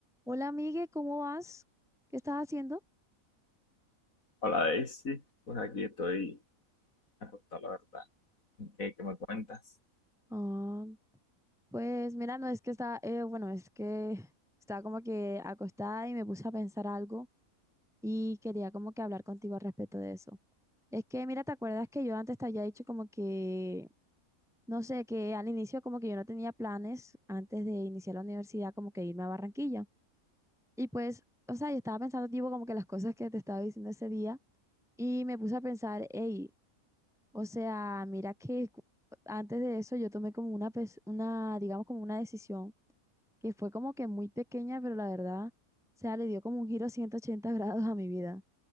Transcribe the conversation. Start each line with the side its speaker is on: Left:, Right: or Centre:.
Centre: Hola, amigue, ¿cómo vas? ¿Qué estás haciendo?
Left: Hola Daisy, pues aquí estoy acostado, la verdad. ¿Qué, qué me cuentas?
Centre: Ah, pues mira, no es que está, eh, bueno, es que estaba como que acostada y me puse a pensar algo y quería como que hablar contigo al respecto de eso. Es que mira, ¿te acuerdas que yo antes te había dicho como que, no sé, que al inicio como que yo no tenía planes antes de iniciar la universidad como que irme a Barranquilla? Y pues, o sea, yo estaba pensando tipo como que las cosas que te estaba diciendo ese día y me puse a pensar, hey, O sea, mira que cu- antes de eso yo tomé como una, pes- una, digamos como una decisión que fue como que muy pequeña, pero la verdad, o sea, le dio como un giro 180 <laughs> grados a mi vida.